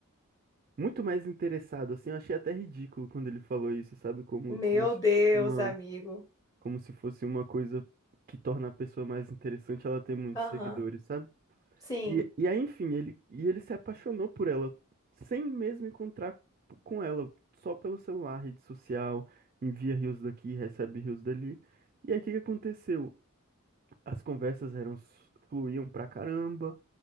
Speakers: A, on the right (about 40°); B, on the left (about 15°).
A: muito mais interessado, assim. Eu achei até ridículo quando ele falou isso, sabe? Como,
B: Meu
A: como se
B: Deus,
A: fosse uma
B: amigo.
A: como se fosse uma coisa que torna a pessoa mais interessante ela ter muitos
B: Aham.
A: seguidores, sabe?
B: Sim.
A: E, e aí, enfim, ele, e ele se apaixonou por ela, sem mesmo encontrar p- com ela, só pelo celular, rede social, envia rios daqui, recebe rios dali. E aí, o que que aconteceu? As conversas eram, s- fluíam pra caramba,